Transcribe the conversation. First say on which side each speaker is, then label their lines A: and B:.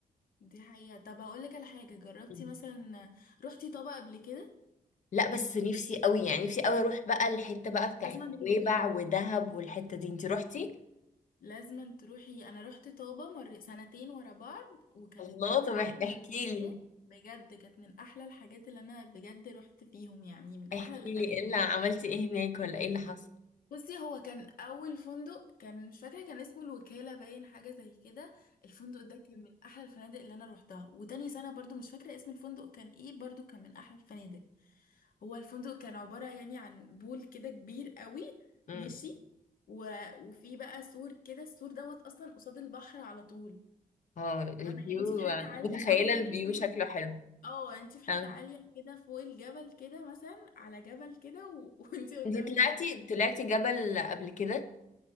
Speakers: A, on the left; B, on the left.
A: دي حقيقة طب هقول لك على حاجة جربتي
B: مم.
A: مثلا رحتي طابة قبل كده
B: لا بس نفسي قوي يعني نفسي قوي اروح بقى الحتة بقى بتاعت
A: لازم تروح
B: نويبع ودهب والحتة دي انتي روحتي
A: لازم تروحي انا رحت طابة مر سنتين ورا بعض وكانت
B: الله
A: من
B: طب
A: احلى
B: احكي
A: الحاجات
B: لي
A: بجد كانت من احلى الحاجات اللي انا بجد رحت فيهم يعني من احلى
B: احكي
A: الاماكن
B: لي ايه اللي عملتي ايه هناك ولا ايه اللي حصل
A: بصي هو كان اول فندق كان مش فاكرة كان اسمه الوكالة باين حاجة زي كده الفندق ده كان من احلى الفنادق اللي انا روحتها وتاني سنة برضو مش فاكرة اسم الفندق كان ايه برضو كان من احلى الفنادق هو الفندق كان عبارة يعني عن بول كده كبير قوي
B: امم
A: ماشي و... وفي بقى سور كده السور دوت اصلا قصاد البحر على طول
B: اه الفيو
A: فاهمة يعني انت في حتة عالية
B: متخيلة
A: قوي كده
B: الفيو
A: تحسي انت
B: شكله
A: في
B: حلو
A: اه يعني انت في حتة
B: اه
A: عالية كده فوق الجبل كده مثلا على جبل كده و... <laughs> وانت قدامك
B: انت طلعتي
A: البحر فكان
B: طلعتي جبل قبل كده